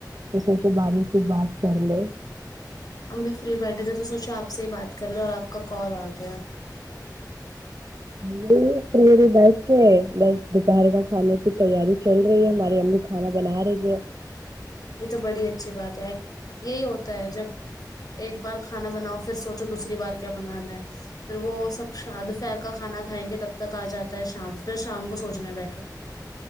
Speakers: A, on the right (about 55°); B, on the left (about 60°).
A: تو سوچو بارش سے بات کر لے <unintelligible>
B: ہم بھی فری بیٹھے تھے تو سوچے آپ سے ہی بات کر لیں اور آپ کا کال آ گیا
A: یہ فریری بیٹھ کے بس دوپہر کا کھانے کی تیاری چل رہی ہے ہماری امی کھانا بنا رہی ہے <unintelligible>
B: یہ تو بڑی اچھی بات ہے یہی ہوتا ہے جب ایک بار کھانا بناؤ پھر سوچو دوسری بار کیا بنانا ہے پھر وہ سب دوپہر کا کھانا کھائیں گے تب تک آ جاتا ہے شام پھر شام کو سوچنے بیٹھو